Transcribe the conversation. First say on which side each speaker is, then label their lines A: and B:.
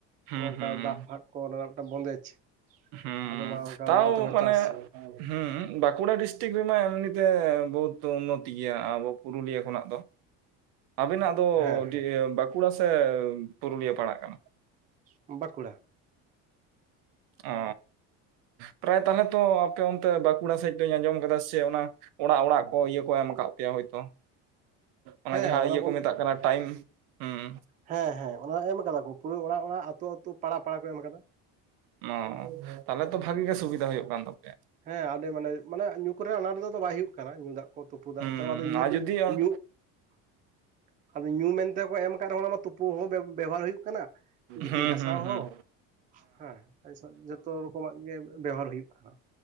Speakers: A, on the right; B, on the right.
A: ᱦᱩᱸ
B: ᱚᱱ ᱚᱱᱠᱟ
A: ᱦᱩᱸ
B: ᱫᱟᱜ ᱯᱷᱟᱜ ᱠᱚ ᱚᱱᱟ ᱨᱮᱱᱟᱜ ᱢᱤᱫᱴᱟᱝ ᱵᱚᱱᱫᱮᱡᱽ
A: ᱦᱩᱸ
B: ᱟᱫᱚ ᱢᱟ ᱚᱱᱠᱟ
A: ᱛᱟᱣ
B: ᱚᱱᱛᱮ ᱦᱚᱸ
A: ᱢᱟᱱᱮ
B: ᱪᱟᱥ
A: ᱦᱮᱸ ᱵᱟᱸᱠᱩᱲᱟ ᱰᱤᱥᱴᱤᱠᱴ ᱨᱮᱢᱟ ᱱᱤᱛᱮ ᱵᱚᱦᱩᱛ ᱩᱱᱚᱛ ᱜᱮᱭᱟ ᱟᱵᱩ ᱯᱩᱨᱩᱞᱤᱭᱟᱹ ᱠᱷᱚᱱᱟᱜ ᱫᱚ ᱟᱵᱤᱱᱟᱜ..... ᱫᱚ
B: ᱦᱮᱸ
A: ᱰᱤ.. ᱮ.. ᱵᱟᱸᱠᱩᱲᱟ ᱥᱮ ᱯᱩᱨᱩᱞᱤᱭᱟᱹ ᱯᱟᱲᱟᱜ ᱠᱟᱱᱟ?
B: ᱵᱟᱸᱠᱩᱲᱟ
A: ᱚ ᱯᱨᱟᱭ ᱛᱟᱦᱚᱞᱮ ᱛᱚ ᱟᱯᱮ ᱚᱱᱛᱮ ᱵᱟᱸᱠᱩᱲᱟ ᱥᱮᱫ ᱛᱚᱧ ᱟᱸᱡᱚᱢ ᱟᱠᱟᱫᱟ ᱥᱮ ᱚᱱᱟ ᱚᱲᱟᱜ ᱚᱲᱟᱜ ᱠᱚ ᱤᱭᱟᱹ ᱠᱚ ᱮᱢ ᱟᱠᱫ ᱯᱮᱭᱟ ᱦᱳᱭᱛᱳ ᱚᱱᱟ
B: ᱦᱮᱸ
A: ᱡᱟᱦᱟᱸ ᱤᱭᱟᱹ
B: ᱵᱚᱱ
A: ᱠᱚ ᱢᱮᱛᱟᱜ ᱠᱟᱱᱟ ᱴᱟᱭᱤᱢ ᱦᱸᱩ
B: ᱦᱮᱸ ᱦᱮᱸ ᱚᱱᱟ ᱮᱢ ᱟᱠᱟᱫᱟ ᱠᱚ ᱯᱩᱨᱟᱹ ᱚᱲᱟᱜ ᱚᱲᱟᱜ ᱟᱹᱛᱩ ᱟᱹᱛᱩ ᱯᱟᱲᱟ ᱯᱟᱲᱟ ᱠᱚ ᱮᱢ ᱟᱠᱟᱫᱟ
A: ᱚᱸᱻ ᱛᱟᱦᱚᱞᱮ ᱛᱚ ᱵᱷᱟᱜᱤ ᱜᱮ ᱥᱩᱵᱤᱫᱷᱟ ᱦᱩᱭᱩᱜ ᱠᱟᱱ ᱛᱟᱯᱮᱭᱟ
B: ᱦᱮᱸ ᱟᱹᱰᱤ ᱢᱟᱱᱮ, ᱢᱟᱱᱮ ᱧᱩ ᱠᱚᱨᱮᱱᱟᱜ ᱟᱱᱟᱴ ᱫᱟᱜ ᱫᱚ ᱵᱟᱭ ᱦᱩᱭᱩᱜ ᱠᱟᱱᱟ ᱧᱩ ᱫᱟᱜ ᱠᱳ ᱛᱩᱯᱩ ᱫᱟᱜ
A: ᱦᱩᱸ
B: ᱱᱮᱛᱟᱨ ᱫᱚ ᱟᱫᱚ ᱧᱩᱫᱽ
A: ᱟᱨ ᱡᱩᱫᱤ ᱦᱩᱸ
B: ᱧᱩᱜ... <inaudible> ᱟᱫᱚ ᱧᱩ ᱢᱮᱱ ᱛᱮᱠᱳ ᱮᱢ ᱟ.... ᱠᱟ ᱨᱮᱦᱚᱸ ᱚᱱᱟ ᱢᱟ ᱛᱩᱯᱩ ᱦᱚᱸ ᱵᱮ... ᱵᱮᱣᱦᱟᱨ ᱦᱩᱭᱩᱜ ᱠᱟᱱᱟ ᱜᱤᱛᱤᱞ
A: ᱦᱩᱸ
B: ᱜᱷᱟᱥᱟᱣ
A: ᱦᱩᱸ
B: ᱦᱚᱸ ᱦᱮᱸ ᱟ. ᱭᱥᱟ. ᱡᱚᱛᱚ ᱨᱚᱠᱚᱢᱟᱜ ᱜᱮ ᱵᱮᱣᱦᱟᱨ ᱦᱩᱭᱩᱜ ᱠᱟᱱᱟ